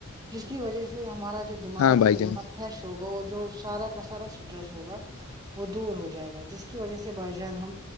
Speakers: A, on the right; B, on the left.
A: جس اس کی وجہ سے ہمارا جو دماغ
B: ہاں
A: ہے
B: بھائی
A: وہ
B: جان
A: نا فریش ہوگا اور جو سارا کا سارا اسٹریس ہوگا وہ دور ہو جائے گا جس کی وجہ سے بھائی جان ہم